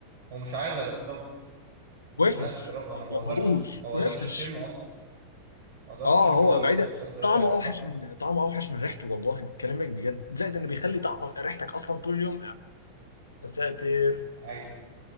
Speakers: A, on the right; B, on the left.
A: ومش عايز اجربه <laughs>
B: وحش
A: مش عايز اجربه انا
B: ما
A: ما
B: تجربوش
A: بقدرش ما بقدرش
B: وحش
A: اشمه اصلا ما بقدرش
B: اه
A: اشمه
B: هو
A: خالص
B: بعيدا
A: بجد ريحته
B: طعمه اوحش
A: صعبه
B: من طعمه اوحش من ريحته والله بكلامك بجد زائد انه بيخلي طعم ريحتك اصلا طول اليوم يا ساتر
A: ايوه